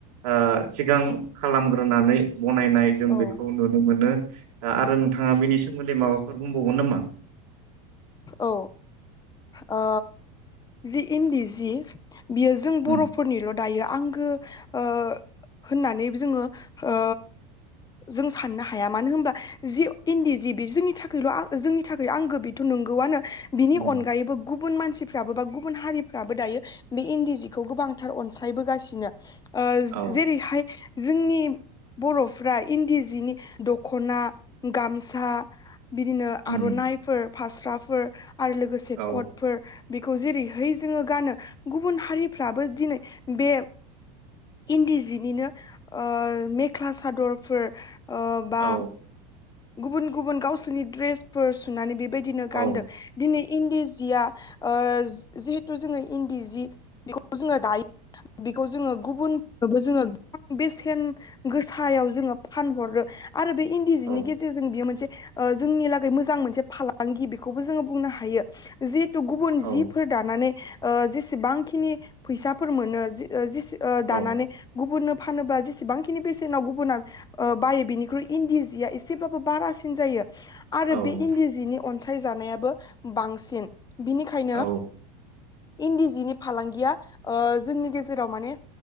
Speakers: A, on the right; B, on the left.
A: आ सिगां खालाम ग्रोनानै बनायनाय जों
B: औ
A: बेखौ नुनो मोनो। <inaudible> दा आरो नोंथाङा बेनि सोमोन्दै माबा फोर बुंबावगोन नामा?
B: औ ओ जि इन्दि जि बियो जों
A: उम
B: बर'फोरनिल' दायो आंगो ओ होननानै जोङो आ जों साननो हाया मानो होनबा जि इन्दि जि बि जोंनि थाखायल' जोंनि थाखाय आंगो बे थ' नंगौआनो बिनि
A: उम
B: अनगायैबो गु बुन मानसिफ्राबो बा गुबुन हारिफ्राबो दायो बे इन्दि जिखौ गोबांथार अनसायबोगासिनो ओ
A: औ
B: जेरैहाय जोंनि बर'फ्रा इन्दि जिनि दखना गामसा बिदिनो
A: उम
B: आर'नाइफोर स्राफोर आरो लोगोसे
A: औ
B: कटफोर बेखौ जेरैहाय जोङो गानो गुबुन हारिफ्राबो दिनै बे इन्दि जिनिनो ओ मेख्ला सादरफोर ओ बा
A: औ
B: गुबुन गुबुन गावसोरनि ड्रेसफोर सुनानै बेबाय दिनो
A: औ
B: गानदों दिनै इन्दि जिया आ जिहेथु जोङो इन्दि जि बेखौ जोङो दायो बेखौ जोङो गुबुननोबो जोङो गोबां बेसेन गोसायाव जोङो फानहरो आरो बे इन्दि
A: औ
B: जिनि गेजेरजों बियो मोनसे <inaudible> ओ जोंनि लागै मोजां मोनसे फाला बेखौबो जोङो बुंनो हायो जि थ गुबुन
A: औ
B: जिफोर दानानै ओ जेसेबांखिनि फैसाफोर मोनो ओ दानानै
A: औ
B: गुबुन फानोबा जेसेबांखिनि बेसेनाव गुबुना बायो ओ बेनिख्रुइ इन्दि जिया एसेब्लाबो बारासिन जायो। आरो
A: औ
B: बे इन्दि जिनि अनसायजानायाबो बांसिन बिनिखायनो
A: औ
B: इन्दि जिनि फालांगिया ओ जोंनि गेजेराव माने